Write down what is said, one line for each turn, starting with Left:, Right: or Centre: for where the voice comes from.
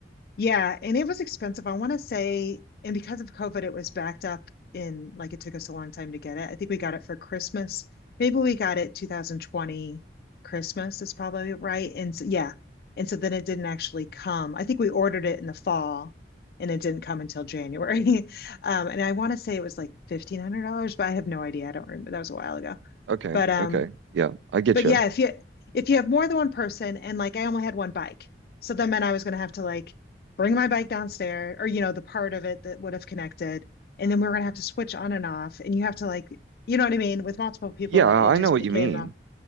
Left: Yeah, and it was expensive. I want to say, and because of COVID, it was backed up in like it took us a long time to get it. I think we got it for Christmas. Maybe we got it 2020 Christmas is probably right. And so, yeah. And so then it didn't actually come. I think we ordered it in the fall and it didn't come until January. <laughs> Um, and I want to say it was like $1,500, but I have no idea. I don't remember. That was a while ago.
Right: Okay.
Left: But um,
Right: Okay. Yeah, I get
Left: but
Right: you.
Left: yeah, if you if you have more than one person and like I only had one bike, so that meant I was gonna have to like bring my bike downstairs or you know, the part of it that would have connected, and then we were gonna have to switch on and off, and you have to like you know what I mean? With multiple people,
Right: Yeah,
Left: it
Right: I
Left: just
Right: know what
Left: became
Right: you mean.
Left: a